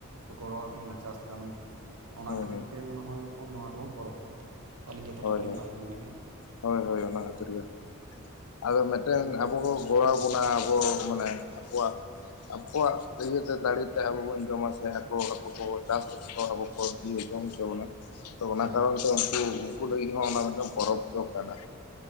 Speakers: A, on the right; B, on the left.
A: ᱠᱚ ᱜᱚᱲᱚᱭᱟᱜ ᱵᱚᱱᱟ ᱪᱟᱥ ᱠᱟᱹᱢᱤ᱾ ᱚᱱᱟ
B: ᱦᱮᱸ
A: ᱠᱷᱟᱹᱛᱤᱨ
B: ᱦᱮᱸ
A: ᱛᱮ ᱢᱚᱱᱮ ᱦᱚᱭ ᱱᱚᱣᱟ ᱛᱮᱵᱚᱱ ᱯᱚᱨᱚᱵᱽᱚᱜ-ᱟ᱾ ᱟᱹᱞᱤᱧ ᱡᱚᱛᱚᱴᱟᱜ
B: ᱦᱳᱭ
A: ᱞᱤᱧ
B: ᱦᱳᱭ
A: ᱟᱭ ᱩᱢᱟᱹᱱᱮᱜ-ᱟ,
B: ᱦᱳᱭ ᱦᱳᱭ, ᱚᱱᱟ ᱵᱷᱮᱛᱤᱨ ᱨᱮᱜᱮ᱾ ᱟᱫᱚ ᱢᱤᱫᱴᱮᱱ ᱟᱵᱚ ᱱᱚ ᱜᱚᱲᱚ ᱟᱵᱚᱱᱟ ᱟᱵᱚ ᱢᱟᱱᱮ ᱟᱠᱚᱣᱟᱜ ᱟᱠᱚᱣᱟᱜ ᱤᱭᱟᱹᱛᱮ ᱫᱟᱲᱮᱛᱮ ᱟᱵᱚ ᱵᱚᱱ ᱡᱚᱢᱟ ᱥᱮ ᱟᱠᱚ ᱟᱠᱚ ᱠᱚ ᱪᱟᱥ ᱠᱟᱛᱮ ᱠᱚ ᱟᱵᱚ ᱦᱚᱲ ᱤᱨ ᱡᱚᱢ ᱩᱪᱩ ᱵᱩᱱᱟ᱾ ᱛᱚ ᱚᱱᱟ
A: ᱦᱮᱸ
B: ᱠᱟᱨᱚᱱ ᱛᱮ ᱩᱝᱠᱩ ᱩᱝᱠᱩ ᱞᱟᱹᱜᱤᱫ ᱦᱚᱸ ᱚᱱᱟ ᱢᱤᱫᱴᱮᱱ ᱯᱚᱨᱚᱵᱽ ᱫᱚ ᱠᱟᱱᱟ᱾